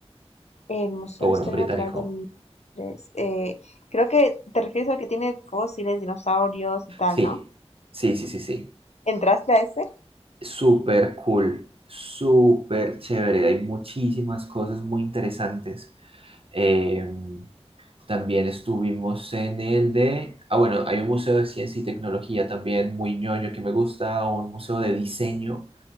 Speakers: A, on the left; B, on the right.
A: El Museo
B: o bueno,
A: de Historia
B: británico.
A: Natural de Londres. eh, creo que te refieres al que tiene fósiles, dinosaurios y tal,
B: Sí,
A: ¿no?
B: sí, sí, sí, sí.
A: ¿Entraste a ese?
B: Súper cool, súper chévere. Hay muchísimas cosas muy interesantes. Eh, también estuvimos en el de... Ah, bueno, hay un museo de ciencia y tecnología también muy ñoño que me gusta, un museo de diseño